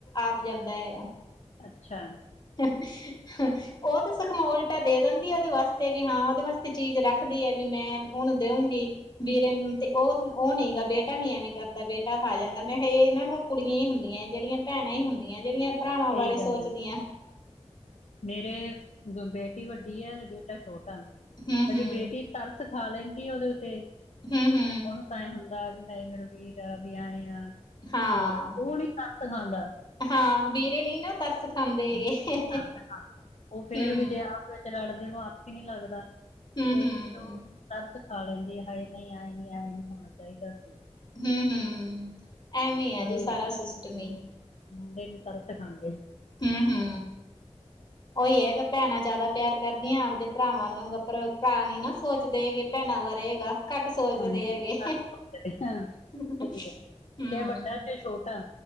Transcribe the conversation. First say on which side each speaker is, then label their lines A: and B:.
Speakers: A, on the left; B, on the left.
A: ਆਪ ਜਾਂਦਾ ਹੈਗਾ।
B: ਅੱਛਾ।
A: <unintelligible> ਉਹ ਤੇ ਸਖੋੰਮਾ ਓਲਟਾ ਦੇ ਦਿੰਦੀ ਉਹਦੇ ਵਾਸਤੇ, ਵੀ ਹਾਂ ਉਹਦੇ ਵਾਸਤੇ ਚੀਜ਼ ਰੱਖਦੀ ਐ ਵੀ ਹਾਂ ਮੈਂ ਉਹਨੂੰ ਦੇਊਂਗੀ। ਵੀਰੇ ਨੂੰ ਤੇ, ਉਹ, ਉਹ ਨਹੀਂ ਗਾ ਬੇਟਾ ਨੀ ਐਵੇਂ ਕਰਦਾ, ਬੇਟਾ ਖਾ ਜਾਂਦਾ, ਮੈਂ ਕਿਹਾ ਇਹ ਨਾ। ਕੁੜੀਆਂ ਈ ਹੁੰਦੀਆਂ, ਏ ਜਿਹੜੀਆਂ ਭੈਣਾਂ ਈ ਹੁੰਦੀਆਂ, ਜਿਹੜੀਆਂ। ਭਰਾਵਾਂ
B: ਸਹੀ
A: ਬਾਰੇ
B: ਗੱਲ
A: ਸੋਚਦੀਆਂ
B: ਐ। ਮੇਰੇ ਬੇਟੀ ਵੱਡੀ ਐ, ਤੇ ਬੇਟਾ ਛੋਟਾ
A: ਹੂੰ
B: ਅਜੇ
A: ਹੂੰ
B: ਬੇਟੀ। ਤਰਸ ਖਾ ਲੈਂਣਦੀ ਉਹਦੇ ਉੱਤੇ।
A: ਹਮ ਹਮ।
B: ਉਹਨੂੰ ਤਾਂ ਐਏ ਹੁੰਦਾ, ਵੀ ਹਾਏ ਮੇਰਾ ਵੀਰ, ਆ ਵੀ ਆਏ ਆ
A: ਹਾਂ
B: ਤੇ ਉਹ ਨੀ। ਤਰਸ ਖਾਂਦਾ।
A: ਹਾਂ ਬੀਰੇ ਨੇ ਨਾ ਤਰਸ ਖਾਂਦੇ
B: ਐੰਜ
A: ਹੈਗੇ
B: ਕੋਈ ਤਰਸ ਖਾਂਦਾ ਓ ਫੇਰ
A: ਹੂੰ
B: ਵੀ ਜੇ ਆਖੇ ਤੇ ਲੜਦੇ ਨੂੰ ਆਖੇ ਨੀ ਲੱਗਦਾ
A: ਹੂੰ
B: ਤੇ
A: ਹੂੰ
B: ਫਿਰ ਓ ਤਰਸ ਖਾ ਲੈਂਦੀ ਹਾਏ ਨਈ ਆਏ ਨੀ ਆਏ ਨਈ ਹੋਣਾ ਚਾਇਦਾ ਸੀ।
A: ਹੂੰ-ਹੂੰ ਐਵੇਂ
B: ਪਰ
A: ਆ ਜੀ
B: ਇਹ
A: ਸਾਰਾ
B: ਹਾਂਜੀ
A: ਸਿਸਟਮ ਈ।
B: ਮੁੰਡੇ ਨੀ ਤਰਸ ਖਾਂਦੇ।
A: ਹੂੰ-ਹੂੰ।
B: <inaudible>
A: ਓਈ ਹੈਗਾ ਪੈਣਾਂ ਜਾਦਾ ਪਿਆਰ ਕਰਦੀਆਂ ਆਪਦੇ ਪਰਾਵਾਂ ਨੂੰ ਪਰ ਪਰਾ ਨੀ ਨਾ ਸੋਚਦੇ ਹੇਗੇ। ਪੈਣਾਂ ਵਾਰੇ ਹੇਗਾ। ਕੱਟ ਸੋਚਦੇ
B: ਹਾਂਜੀ
A: ਹੈਗੇ
B: ਹਾਂ ਸਹੀ
A: ਹੂੰ ਕ
B: ਹੈ। ਇਹ ਵੱਡਾ ਚ ਛੋਟਾ